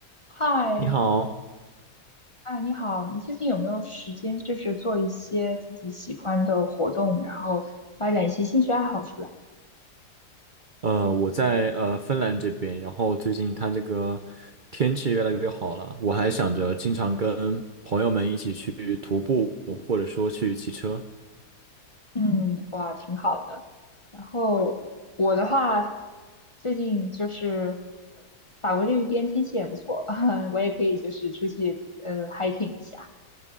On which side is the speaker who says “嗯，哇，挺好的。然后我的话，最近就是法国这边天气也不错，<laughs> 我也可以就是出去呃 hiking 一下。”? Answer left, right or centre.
Left